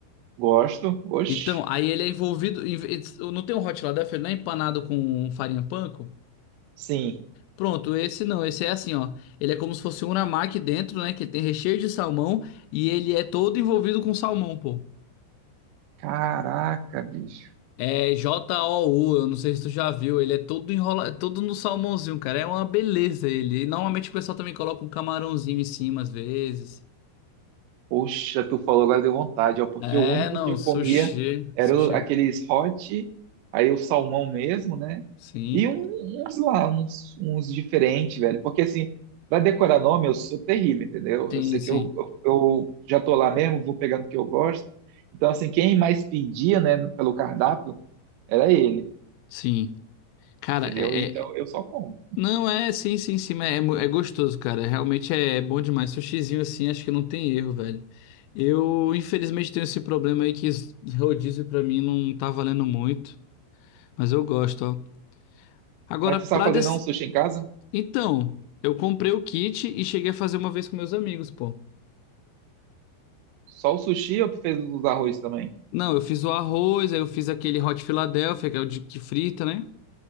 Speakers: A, on the right (about 80°); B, on the left (about 85°).
A: Gosto. Oxe.
B: Então, aí ele é envolvido. em- em- Não tem um hot lá dentro, ele não é empanado com farinha panko?
A: Sim.
B: Pronto, esse não, esse é assim, ó. Ele é como se fosse um unamaki dentro, né? Que tem recheio de salmão e ele é todo envolvido com salmão, pô.
A: Caraca, bicho.
B: É J-O-U, eu não sei se tu já viu. Ele é todo enrola, todo no salmãozinho, cara. É uma beleza ele. E normalmente o pessoal também coloca um camarãozinho em cima às vezes.
A: Poxa, tu falou agora deu vontade, ó, porque
B: É,
A: o único
B: não,
A: que eu
B: sushi,
A: comia era
B: sushi.
A: o- aqueles hot, aí o salmão mesmo, né?
B: Sim,
A: E um- uns lá, uns, uns diferentes, velho. Porque assim, pra decorar nome, eu sou terrível, entendeu?
B: sim,
A: Eu sei
B: sim,
A: que eu, eu, eu já tô lá mesmo, vou pegando o que eu gosto. Então, assim, quem mais pedia, né, pelo cardápio, era ele,
B: sim. Cara,
A: entendeu?
B: é,
A: Então,
B: é,
A: eu só como.
B: Não, é, sim, sim, sim, mas é, mu- é gostoso, cara. Realmente é, é bom demais. Sushizinho assim, acho que não tem erro, velho. Eu, infelizmente, tenho esse problema aí que esse rodízio pra mim não tá valendo muito, mas eu gosto, ó. Agora,
A: Mas
B: pra
A: tu sabe fazer
B: desse...
A: não sushi em casa?
B: Então, eu comprei o kit e cheguei a fazer uma vez com meus amigos, pô.
A: Só o sushi ou tu fez os arroz também?
B: Não, eu fiz o arroz, aí eu fiz aquele Hot Philadelphia, que é o de que frita, né?